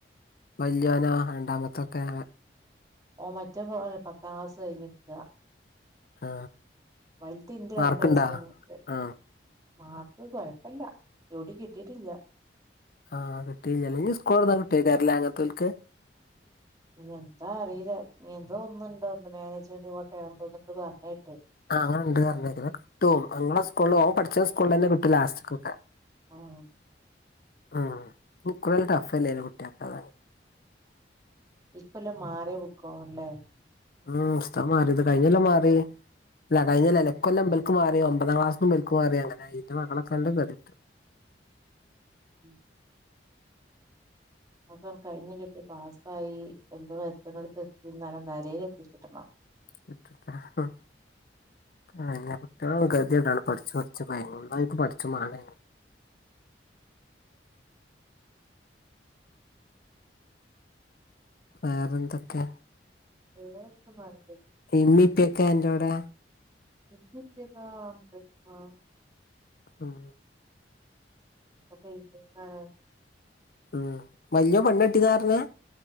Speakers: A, on the left (about 55°); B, on the right (about 20°).
A: വല്ല്യോനോ രണ്ടാമത്തൊക്കെ
B: ഓ മറ്റേ മോന് പത്താം ക്ലാസ് കഴിഞ്ഞിര്ക്കാ
A: ആ
B: വൽത് ഇന്റെ
A: മാർക്കുണ്ടാ
B: രണ്ട് വയസ്സിന് മൂത്ത്
A: ആ
B: മാ ക്ക് കൊഴ്പ്പല്ല എവിടിം കിട്ടീട്ടില്ല
A: ആഹ് കിട്ടയില്ല ഞ്ഞി സ്കൂൾതൊർന്നാ കിട്ടൊയ്ക്കാരംല്ലേ അങ്ങൻതോര്ക്ക്
B: ഇനി എന്താ അറിയില്ല ഇനി എന്തോന്നുണ്ടോ ഒന്ന് മാനേജ്മെന്റ് കോട്ട തോന്നിണ്ട് പറഞ്ഞിട്ട്
A: ആഹ് അങ്ങനെ ഉണ്ട്ഞ്ഞെ കിട്ടും ഞങ്ങളെ സ്കൂളിൽ ഓൻ പഠിച്ച സ്കൂളിൽ തന്നെ കിട്ടും ലാസ്റ്റൊക്കെ
B: ആഹ്
A: ഉം ന കുറെ ടഫലേല്ലെ കുട്ടികൾക്കെ അതാണ്
B: ഇക്കൊല്ലം മാറി ബുക്കോല്ലെ
A: ഉം പുസ്ത മാറിയത് കഴിഞ്ഞെല്ലാം മാറി ഇല്ല കഴിഞ്ഞല്ല
B: ഉം
A: ഇക്കൊല്ലാം ക്ക് മാറിയ ഒമ്പതാം ക്ലാസ്സ്ന്നും ബ്ക്ക് മാറി അങ്ങനെ ന്റെ മകളൊകെ അല്ലൊം കെതിട്ട്
B: ഉം അപ്പം കഴിഞ്ഞ് കിട്ടി പാസ്സായി എന്റെ വര്ത്ത്ണോട്ത്ത് എത്തി ന്നല നരേല് എത്തി കിട്ടണം
A: <inaudible> ആഹ് ഇല്ല്യ എന്ന കുട്ടിഎളും കെതിടാണ് പഠിച്ചു പഠിച്ചു ഭയങ്ക ന്നാ ഓൽക്ക് പഠ്ച്ചും മാണേനും വേറന്തൊക്കെ
B: ഇങ്ങനൊക്കെ മാറി പോയി
A: ഇമ്മി പ്പി ഒക്കെ അൻ്റോടെ
B: ഇട്ത്തെച്ചതാ പൊയ് ആഹ്
A: ആഹ്
B: പ്പം പെയ്സക്കാണേലും
A: ഉം വല്ല്യോൻ പെണ്ണട്ടിന്നാർഞെ